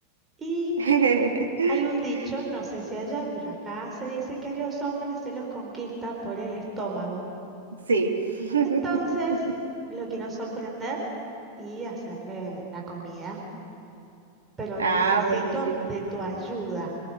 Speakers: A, on the right; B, on the right.
A: Y
B: <laughs>
A: hay un dicho, no sé si allá, pero acá se dice que a los hombres se los conquista por el estómago.
B: sí. <laughs>
A: Entonces, lo quiero sorprender y hacerle la comida, pero
B: Ah,
A: necesito
B: buenísimo.
A: de tu ayuda.